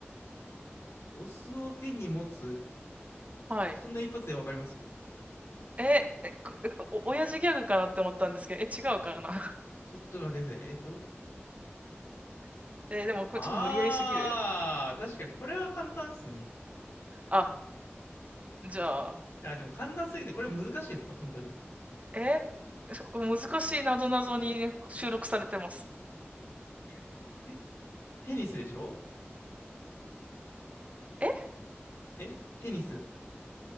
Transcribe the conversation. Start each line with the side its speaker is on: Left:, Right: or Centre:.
Left: お酢を手に持つ。
Right: はい。
Left: そんな一発で分かります
Right: え、え、くお、親父ギャグかなって思ったんですけど、え、違うかな
Left: ちょ、ちょっと待ってください。えっと。
Right: <laughs> え、でもこれちょっと無理やりすぎる
Left: ああ、確かにこれは簡単っすね。
Right: あ、じゃあ、
Left: あ、でも簡単すぎてこれ難しいんですか本当に。
Right: え、そこ難しいなぞなぞに収録されてます。
Left: いや、これ、テニスでしょ
Right: え、
Left: えテニス。